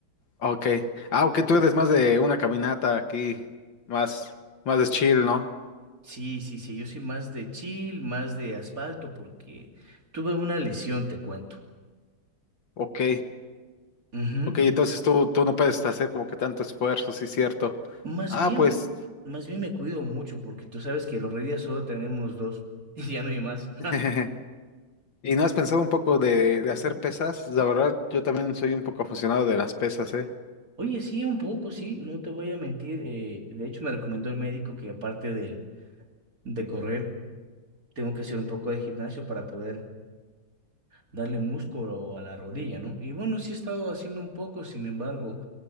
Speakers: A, on the left; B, on the right.
A: Ok. Ah, ok, tú eres más de una caminata aquí, más, más de chill, ¿no?
B: Sí, sí, sí, yo soy más de chill, más de asfalto, porque tuve una lesión, te cuento.
A: Ok.
B: Ujú.
A: Ok, entonces tú, tú no puedes hacer como que tanto esfuerzo, sí, cierto.
B: Más
A: Ah,
B: bien,
A: pues.
B: más bien me cuido mucho porque tú sabes que los reyes solo tenemos dos <laughs> y ya no hay más. <laughs>
A: <laughs> ¿Y no has pensado un poco de, de hacer pesas? La verdad, yo también soy un poco aficionado de las pesas, ¿eh?
B: Oye, sí, un poco, sí, no te voy a mentir. eh, de hecho, me recomendó el médico que aparte del- de correr, tengo que hacer un poco de gimnasio para poder darle músculo a la rodilla, ¿no? Y bueno, sí he estado haciendo un poco, sin embargo.